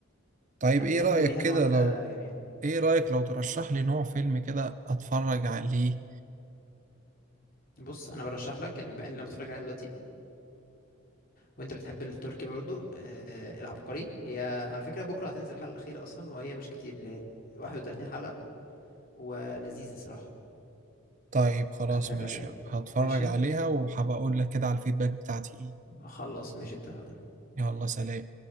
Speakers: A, on the right; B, on the left.
A: طيب
B: افلامه
A: ايه رأيك
B: ليها
A: كده
B: نوع كده
A: لو
B: جميل
A: ايه رأيك لو ترشح لي نوع فيلم كده اتفرج عليه
B: بص انا برشح لك يعني بما ان لما تتفرج عليها دلوقتي وانت بتحب التركي برضو آه العبقري هي على فكره بكره هتنزل الحلقه الاخيره اصلا وهي مش كتير هي 31 حلقه ولذيذه صراحه
A: طيب خلاص
B: هتحبها
A: ماشي
B: يعني
A: هتفرج
B: ماشي
A: عليها وهبقى اقول لك كده على الفيدباك بتاعتي ايه
B: خلاص ماشي اتفقنا
A: يلا سلام